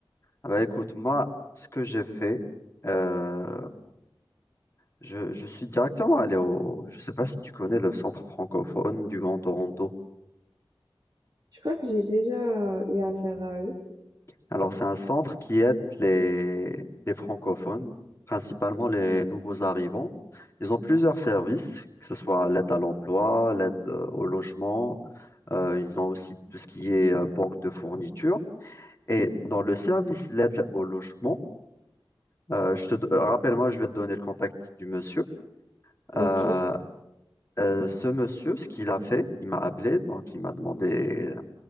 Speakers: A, on the left; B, on the right.
A: Ah bah, écoute, moi, ce que j'ai fait, euh, je, je suis directement allé au... Je sais pas si tu connais le centre francophone du Grand Toronto.
B: Je crois que j'ai déjà euh, eu affaire à eux.
A: Alors, c'est un centre qui aide les, les francophones, principalement les nouveaux arrivants. Ils ont plusieurs services, que ce soit l'aide à l'emploi, l'aide euh, au logement. Euh, ils ont aussi tout ce qui est euh, banque de fournitures. Et dans le service l'aide au logement, euh, je te, do- euh, rappelle-moi, je vais te donner le contact du monsieur. Euh,
B: Ok.
A: euh, ce monsieur, ce qu'il a fait, il m'a appelé, donc il m'a demandé